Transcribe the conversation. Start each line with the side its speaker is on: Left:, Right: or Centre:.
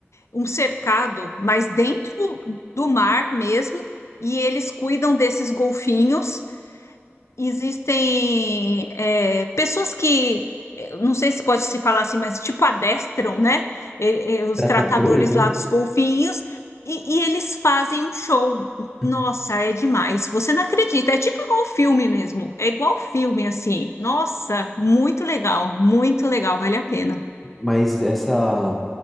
Left: um cercado, mas dentro do mar mesmo. E eles cuidam desses golfinhos existem é, pessoas que, eu não sei se pode se falar assim, mas tipo adestram, né? E- e os
Centre: Tratadores,
Left: tratadores
Centre: né?
Left: lá dos golfinhos. E, e eles fazem um show.
Centre: <laughs>
Left: Nossa, é demais. Você não acredita. É tipo igual filme mesmo. É igual filme, assim. Nossa, muito legal. Muito legal. Vale a pena.
Centre: Mas essa,